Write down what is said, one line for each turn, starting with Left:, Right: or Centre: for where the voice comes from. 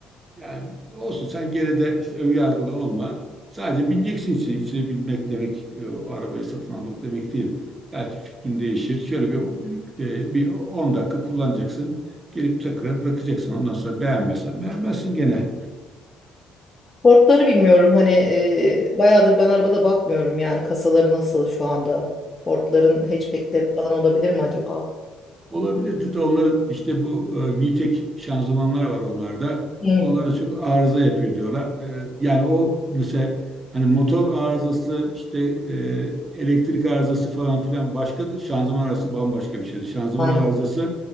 Right: Yani olsun sen gene de işte ön yargılı olma. Sadece bineceksin içine. İçine binmek demek e, o arabayı satın almak demek değil. Belki fikrin değişir. Şöyle bir e, bir 10 dakika kullanacaksın. Gelip tekrar bırakacaksın. Ondan sonra beğenmezsen beğenmezsin gene.
Left: Ford'ları bilmiyorum hani e, bayağıdır ben arabada bakmıyorum yani kasaları nasıl şu anda. Ford'ların hatchback'leri falan olabilir mi acaba?
Right: Olabilirdi de onların işte bu e, VTEC şanzımanlar var onlarda.
Left: Hmm,
Right: Onlar da çok arıza yapıyor diyorlar. E, yani o mesela hani motor arızası işte e, elektrik arızası falan filan başkadır. Şanzıman arızası bambaşka bir şeydir. Şanzıman
Left: aynen.
Right: arızası